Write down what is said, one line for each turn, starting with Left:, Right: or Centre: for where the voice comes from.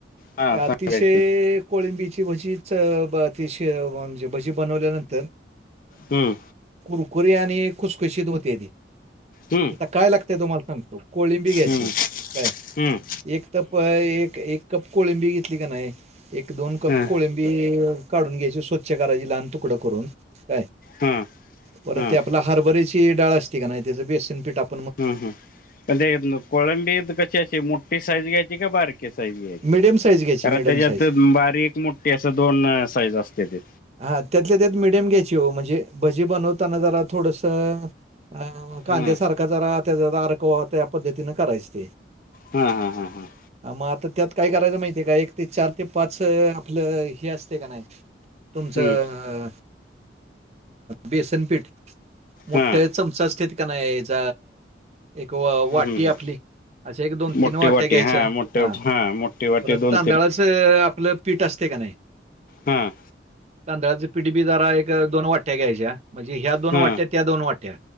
Left: हां
Right: अतिशय
Left: सांगायची
Right: कोळिंबीची भजी, च ब तीशी म्हणजे भजी बनवल्यानंतर
Left: हं,
Right: कुरकुरी आणि खुसखुशीत होत्या ती.
Left: हं,
Right: आता काय लागतय, तुम्हाला सांगतो. कोळिंबी घ्यायची.
Left: हं,
Right: काय
Left: हं, हं,
Right: एक तप, एक- एक कप कोळिंबी घेतली का नाही. एक - दोन कप
Left: हं,
Right: कोळिंबी काढून घ्यायची. स्वच्छ करायची. लहान तुकड करून. काय?
Left: हं,
Right: परत
Left: हं,
Right: ते आपला हारबरीची डाळ असती का नाही, त्याचं बेसन पीट आप
Left: ह, ह. पण ते कोळंबीत कशी अशी, मोठी साईज घ्यायची का बारी साईज घ्यायची.
Right: मिडियम साईज घ्यायची
Left: कारण
Right: मिडियम
Left: त्याच्यात,
Right: साईज
Left: बारीक- मोठठी असं दोन साईज असत्याती.
Right: हा, त्यातले त्यात, मिडियम घ्यायची हो. म्हणजे भजी बनवताना जरा थोडसं, अ कांद्यासारखं
Left: हां
Right: जरा त्याज्यात अर्क व्हावा त्या पद्धतीने करायच ते.
Left: हम् हम हम हं.
Right: मग आता त्यात काय करायचं माहितीय का एक ते चार ते पाच आपलं हे असते का नाही. तुमचं
Left: हम्म,
Right: बेसनपीठ. मोठ
Left: हा
Right: चमचा असतेेत का नाही ज एक
Left: हम्म,
Right: वाटी
Left: हम्म.
Right: आपली.. एक दोन
Left: मोठी
Right: तीन वाट्या
Left: वाटी
Right: घ्यायच्या
Left: हा मोठे
Right: हा
Left: मोठी वाटी
Right: परत
Left: दोन
Right: तांदळाच आपलं पीठ असते का नाही.
Left: हम्म.
Right: तांदळाच पिठ बी जरा एक दोन वाट्या घ्यायच्या म्हणजे ह्या दोन
Left: हा
Right: वाट्या त्या दोन वाट्या.